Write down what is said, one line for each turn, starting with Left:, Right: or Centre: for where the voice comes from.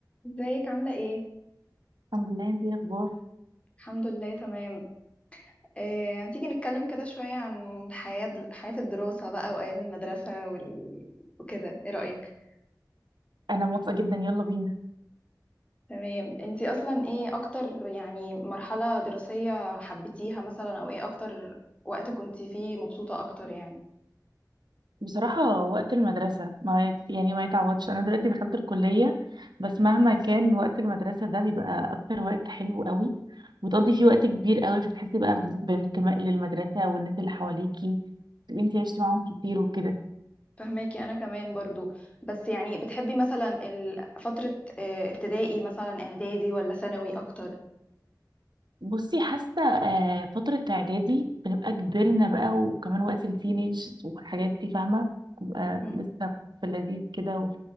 Left: ازيك عاملة ايه؟
Right: الحمد لله انتي ايه الاخبار
Left: الحمد لله تمام آه، تيجي نتكلم كده شوية عن حياة حياة الدراسة بقى وأيام المدرسة وال... وكده ايه رأيك؟
Right: انا موافقه جدا يلا بينا
Left: تمام انتي أصلا ايه أكتر يعني مرحلة دراسية حبيتيها مثلا أو ايه أكتر وقت كنتي فيه مبسوطة أكتر يعني؟
Right: بصراحه وقت المدرسه ما يت- يعني ما يتعوضش انا دلوقتي دخلت الكليه بس مهما كان وقت المدرسه ده بيبقى اكتر وقت حلو قوي وتقضي فيه وقت كبير قوي فبتحسي بقى بانتماء للمدرسه والناس اللي حواليكي تبقي انتي عشتي معاهم كتير وكده
Left: فهماكي أنا كمان برضو بس يعني بتحبي مثلا ال- فترة آه، ابتدائي مثلا إعدادي ولا ثانوي أكتر؟
Right: بصي حاسه آه، فتره اعدادي بنبقى كبرنا بقى وكمان وقت التينيج والحاجات دي فاهمه بنبقى
Left: م-
Right: لسه في اللذيذ كده و-